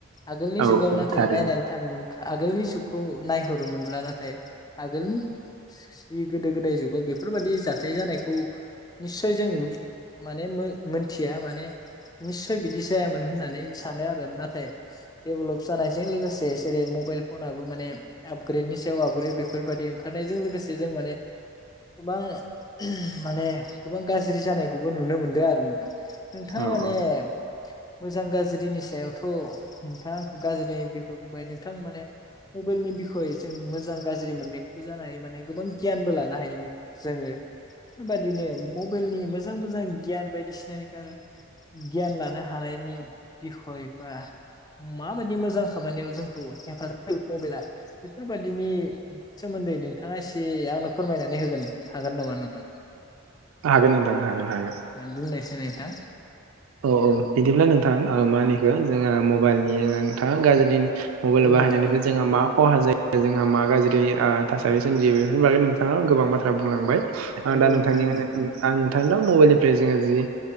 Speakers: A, on the left; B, on the right.
A: आगोलनि
B: औ
A: जुगाव
B: औ
A: नाथाय
B: थारैनो
A: नायनानै थाङोमोन आगोलनि जुग खौ नायहरोमोनब्ला नाथाय आगोलनि गोदो गोदाय जुगाव बेफोरबायादि जाथाय जानायखौ निस्य जों माने मोनथिया माने निसय बिदि जायामोन होननानै सानो आरो नाथाय डेभेलप जानायजों लोगोसे जेरै मबाइल फनाबबो माने आपग्रेडनि सायाव आपग्रेड बेफोरबादि ओंखारनायजों लोगोसे जों माने गोबां माने गोबां गाज्रि जानायखौबो नुनो मोनदों आरो नोंथां। नोंथाङा
B: औ
A: माने
B: औ
A: मोजां गाज्रिनि सायावथ' नोंथाङा आंखौ गाज्रि बिखौ बुंबाय नोंथां माने मबाइलनि बिखय जों मोजां गाज्रि मोननायखौबो जानो हायो माने गोबां गियानबो लानो हायो नों जोङो बेफोरबादिनो मबाइलनि मोजां मोजां गियान बायदिसिनानि गियान लानो हानायनि बिखय बा माबादि मोजां खामानियाव जोंखौ हेफाजाब मबेला बेफोरबादिनि सोमोन्दै नोंथाङा एसे आंनो फोरमायनानै होगोन हागोन नामा नोंथां?
B: हागोन नोंथां हागोन हागोन
A: बुंनायसै नोंथां।
B: औ औ बिदिब्ला नोंथां मा होनखो जोंहा मबाइलनि नोंथाङा गाज्रि मबाइल
A: औ
B: बाहायनायनिफ्राय
A: नोंथां औ
B: जोंहा मा खहा जायो जोंहा मा गाज्रि ओ थासारि सोमजियो बेफोरनि बागै नोंथाङा गोबां बाथ्रा बुंलांबाय आं
A: नंगौ
B: दा नोंथांनि
A: नोंथां नंगौ
B: आं नोंथां दा मबाइलनिफ्राय जोङो जि